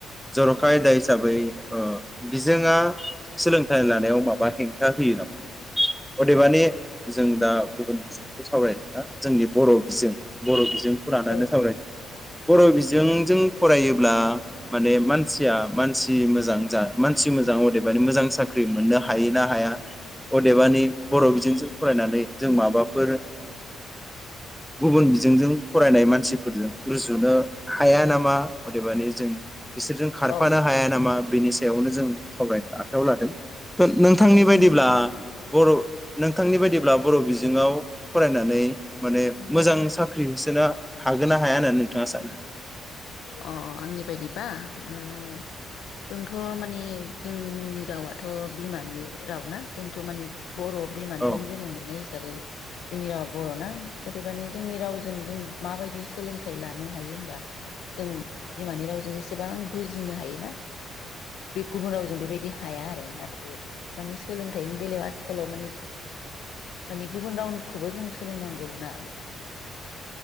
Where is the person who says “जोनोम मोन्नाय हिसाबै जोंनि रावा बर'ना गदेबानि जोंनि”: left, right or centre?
Left